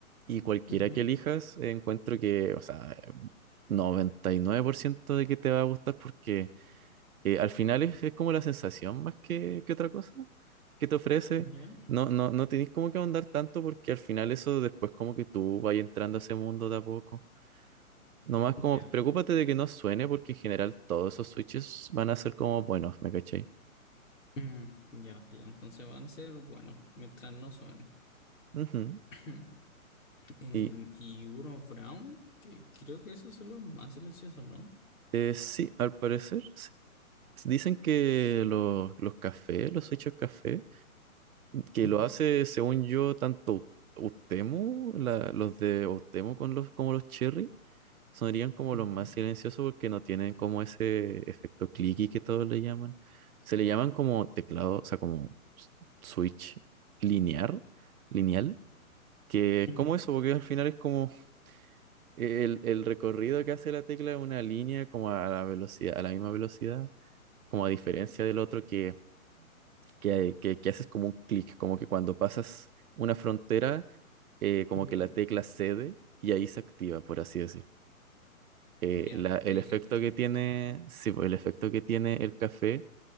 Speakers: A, on the right (about 75°); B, on the left (about 60°).
A: Y cualquiera
B: Ujú.
A: que elijas, eh, encuentro que, o sea, 99% de que te va a gustar porque eh, al final es, es como la sensación más que, que otra cosa que te ofrece.
B: Ya.
A: No, no, no tenés como que ahondar tanto porque al final eso después como que tú vas entrando a ese mundo de a poco. Nomás
B: Ya.
A: como, preocúpate de que no suene, porque en general todos esos switches van a ser como buenos, ¿me cachai?
B: Mm, ya, ya, entonces van a ser bueno, mientras no suene.
A: Ujú.
B: <clears throat> Em,
A: Y
B: y uno Brown, que creo que esos son los más silenciosos, ¿no?
A: eh, sí, al parecer, sí. Dicen que los, los cafés, los switches café, que
B: Ujú,
A: lo hace, según yo, tanto Ut- Utemu, la- los de Utemu con los, como los Cherry, sonarían como
B: ujú,
A: los más silenciosos porque no tienen como ese efecto clicky que todos le llaman. Se le llaman como teclado, o sea, como s- switch lineal, lineal Que es
B: ujú.
A: como eso, porque al final es como e-, el, el recorrido que hace la tecla de una línea como a la velocidad, a la misma velocidad, como a diferencia del otro que, que, que, que haces como un clic, como que cuando pasas una frontera, eh, como
B: Ya,
A: que la tecla cede y ahí se activa, por así decir. Eh,
B: ya,
A: la- el
B: te,
A: efecto
B: eh, te
A: que
B: capto.
A: tiene, sí, pues, el efecto que tiene el café